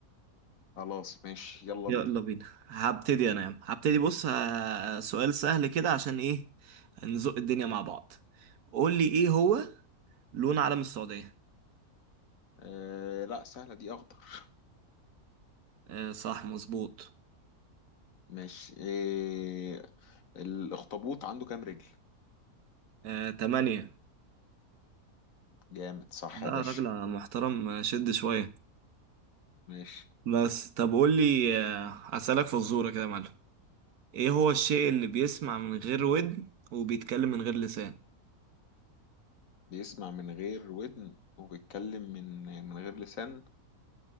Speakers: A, on the left; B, on the right.
A: خلاص ماشي يلا
B: يلا
A: ب...
B: بينا هبتدي انا يا عم هبتدي بص آه، سؤال سهل كده عشان ايه نزق الدنيا مع بعض قول لي ايه هو لون علم السعودية
A: آه لا سهلة دي أخضر
B: آه صح مظبوط
A: ماشي آه الأخطبوط عنده كام رجل؟
B: آه تمانية
A: جامد صح
B: لا
A: يا باشا
B: يا راجل محترم آه، شد شوية
A: ماشي
B: بس طب قول لي آه، هسألك فزورة كده يا معلم ايه هو الشيء اللي بيسمع من غير ودن وبيتكلم من غير لسان
A: بيسمع من غير ودن وبيتكلم من من غير لسان